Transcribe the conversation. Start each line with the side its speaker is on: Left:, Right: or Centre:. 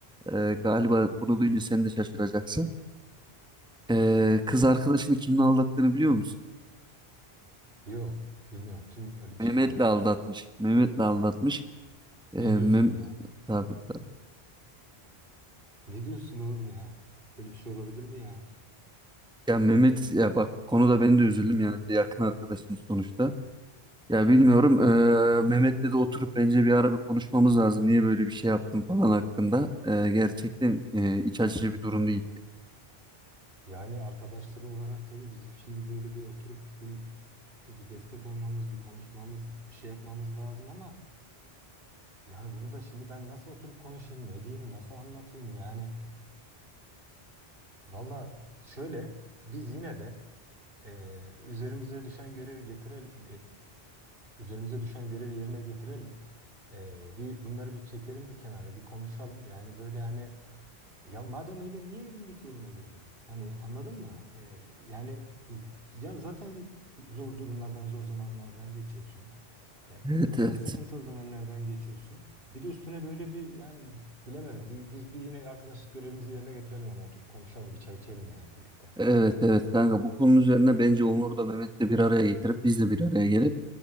Centre: Ee, galiba bunu duyunca sen de şaşıracaksın. Ee, kız arkadaşını kimle aldattığını biliyor musun?
Right: Yok. Bilmiyorum. Kim öyle bir
Centre: Mehmet'le
Right: şey mi var?
Centre: aldatmış. Mehmet'le aldatmış. Ee,
Right: Ne
Centre: Mem
Right: diyorsun ya?
Centre: tabii, tabii.
Right: Ne diyorsun oğlum ya? Böyle bir şey olabilir mi ya?
Centre: Ya Mehmet ya bak konuda ben de üzüldüm yani bir de yakın arkadaşım sonuçta. Ya bilmiyorum. eee, Mehmet'le de oturup bence bir ara bir konuşmamız lazım. Niye böyle bir şey yaptın falan hakkında. Eee, gerçekten eee, iç açıcı bir durum değil.
Right: Yani arkadaşları olarak tabii bizim şimdi böyle bir oturup bir bir destek olmamız, bir konuşmamız, bir şey yapmamız lazım ama yani bunu da şimdi ben nasıl oturup konuşayım, ne diyeyim, nasıl anlatayım yani? Valla şöyle biz yine de eee, üzerimize düşen görevi getirelim e, üzerimize düşen görevi yerine getirelim. Eee, bir bunları bir çekelim bir kenara bir konuşalım. Yani böyle hani ya madem öyle niye evlilik yoluna girdin? Hani anladın mı? Ee, yani ya zaten zor durumlardan, zor zamanlardan geçiyorsun. Ee,
Centre: Evet
Right: zaten
Centre: evet.
Right: sıkıntılı dönemlerden geçiyorsun. Bir de üstüne böyle bir yani bilemedim. Bir, biz bir yine arkadaşlık görevimizi yerine getirelim ama oturup konuşalım, bir çay içelim ya birlikte.
Centre: Evet evet kanka bu konunun üzerine bence Onur'u da Mehmet'le bir araya getirip biz de bir araya gelip